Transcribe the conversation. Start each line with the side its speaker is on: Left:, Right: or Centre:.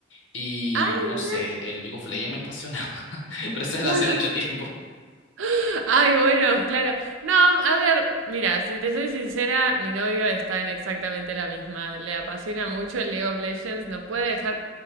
Left: y
Right: Ay,
Left: no sé, el League of Legends me apasiona, <laughs> pero eso es
Right: mira.
Left: de hace mucho tiempo.
Right: <gasps> <laughs> Ay, bueno, claro. No, a ver, mira, si te soy sincera, mi novio está en exactamente la misma. Le apasiona mucho el League of Legends, no puede dejar.